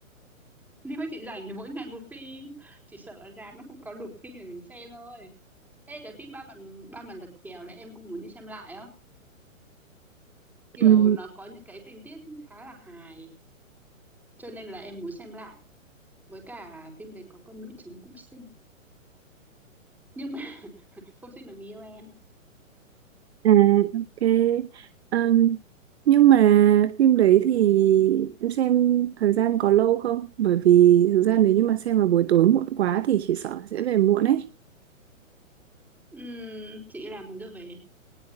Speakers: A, in the centre; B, on the right.
A: <laughs> Nếu mà chị rảnh thì mỗi ngày một phim, chị sợ ở rạp nó không có đủ phim để mình xem thôi. Ê cái phim ba mặt ba mặt lật kèo đấy em cũng muốn đi xem lại á. Kiểu
B: Ừ,
A: nó có những cái tình tiết khá là hài, cho nên là em muốn xem lại. Với cả phim đấy có con nữ chính cũng xinh. Nhưng mà không xin bằng yêu em
B: à, ok. Ừm, nhưng mà phim đấy thì em xem thời gian có lâu không? Bởi vì thực ra nếu như mà xem vào buổi tối muộn quá thì chị sợ sẽ về muộn ấy.
A: Ừm, chị làm mấy giờ về